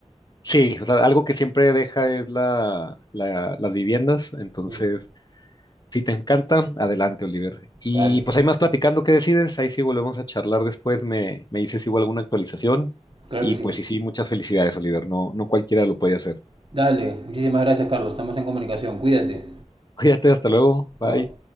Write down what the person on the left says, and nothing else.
sí, o sea, algo que siempre deja es la, la- las viviendas. Entonces,
si te encanta, adelante, Oliver. Y
pues ahí más platicando, ¿qué decides? Ahí sí volvemos a charlar después. Me, me dices si hubo alguna actualización.
Y
pues sí, sí, muchas felicidades, Oliver. No, no cualquiera lo puede hacer.
<laughs> Cuídate, hasta luego. Bye.